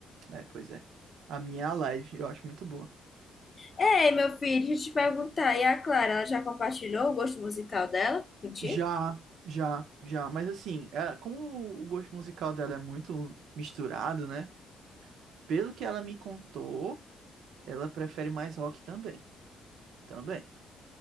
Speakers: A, on the right; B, on the left.
A: é, pois é. A minha é a live, eu acho muito boa.
B: Ei, meu filho, deixa eu te perguntar. E a Clara, ela já compartilhou o gosto musical dela contigo?
A: Já, já, já. Mas assim, é, como o gosto musical dela é muito misturado, né? Pelo que ela me contou, ela prefere mais rock também. Também.